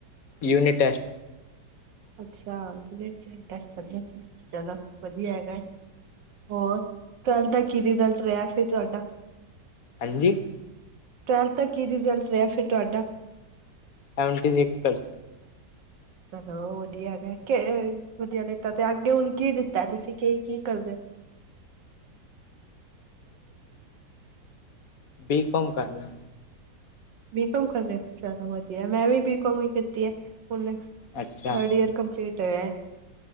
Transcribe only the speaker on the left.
ਯੂਨੀ- ਟੈਸਟ।
ਹਾਂਜੀ।
ਸੈਵਂਟੀ ਸਿਕਸ ਪਰ
ਬੀ ਕੋੌਮ ਕਰਨਾ
ਅੱਛਾ